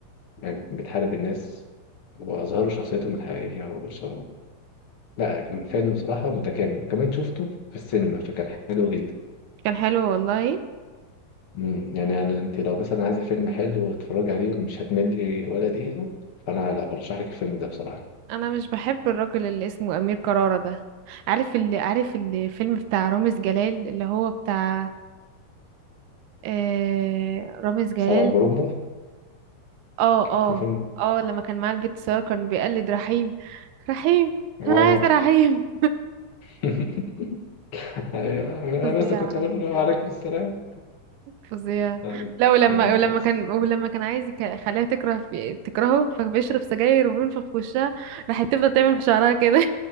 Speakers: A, on the left; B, on the right.
A: يعني بتحارب الناس وأظهروا شخصيتهم الحقيقية وش... لا كان فيلم بصراحة متكامل وكمان شفته في السينما فكان حلو جدا
B: كان حلو والله
A: مم. يعني أنا أنت لو مثلا عايزة فيلم حلو وتتفرجي عليه مش هتملي ولا دقيقة فأنا لا برشح لك الفيلم ده بصراحة
B: انا مش بحب الراجل اللي اسمه امير كرارة ده عارف اللي عارف الفيلم بتاع رامز جلال اللي هو بتاع آه رامز جلال
A: سبعة برومبا
B: اه
A: كان
B: اه
A: فيلم
B: اه لما كان معاه البيت سارة كان بيقلد رحيم رحيم
A: آه
B: انا عايزة رحيم
A: <laughs> أيوه أنا
B: فظيع
A: بس كنت أقول له
B: فظيع
A: وعليكم السلام
B: فظيع
A: آه،
B: لا ولما
A: كان لذيذ
B: ولما كان ولما كان عايز يك- يخليها تكره في تكرهه فبيشرب سجاير وبينفخ في وشها راحت تفضل تعمل في شعرها كده